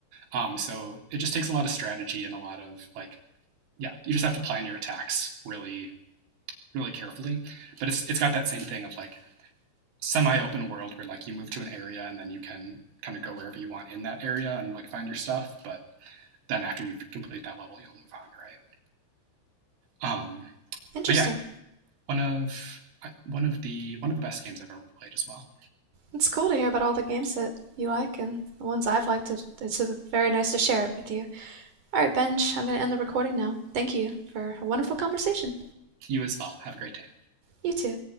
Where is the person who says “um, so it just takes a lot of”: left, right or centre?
Right